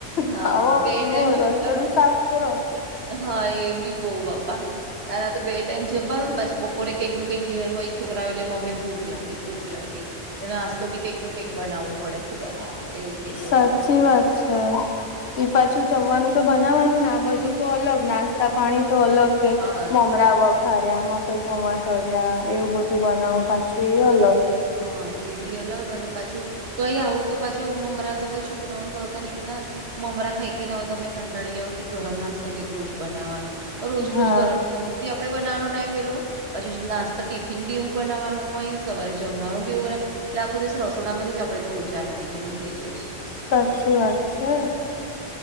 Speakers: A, on the right (about 55°); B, on the left (about 60°).
A: હા,
B: ખાવો-
A: હા, બે
B: પીવો
A: ટાઈમ જમવાનું
B: રડ તડું સાફ કરો-
A: હા એ ભી પોવ પાપા- તારા તો બે ટાઈમ જમવાનું ને પછી બપોરે કંઈક નું કંઈક ઘેર હોય છોકરાઓ એટલે મમ્મી ભૂખ લાગે ભૂખ લાગે- નાસ્તો બી કંઈક નો કંઈક બનાવવો પડે શું બનાવાનો એવું થઈ જાય
B: સાચી
A: એવું બડે
B: વાત <unintelligible> જમવાનું તો બનાવાનું ને આ બધું તો અલગ નાસ્તા પાણી તો અલગ કે
A: હા
B: મમરા વક- ખ્યા મકઈ પોમા તર્યા એવું બધું બનાવો પાછું એ અલગ-
A: હા એ બી અલગ અને પાછું- તો અહી આવું તો પાછું મમરા તો પછું ભોતા નને કેને- મમરા ખાઈ કેને હોય તો તમે કંટાળી ગય કે ગરમ નાસ્તો કંઈક રોજ બનાવવાનો- રોજ
B: હા
A: રોજ ગરમ નાસ્તો બી આપડે બનાવાનો ટાઈમ વેલો પછી નાસ્તા ટિફિન બી એવું- બનાવવાનું હોય સવારે જમવાનું બીવું બ- લાખો દિવસ રસોડા માંથી જ આપડે તો ઊંચા નાઈએ એવું થઈ જઈશ-
B: સાચી વાત છે